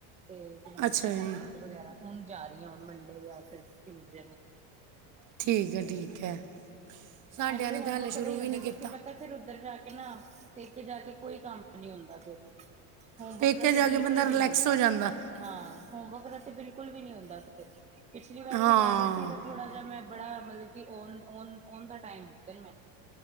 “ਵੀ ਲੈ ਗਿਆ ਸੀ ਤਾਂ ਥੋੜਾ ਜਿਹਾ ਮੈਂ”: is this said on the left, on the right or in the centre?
Right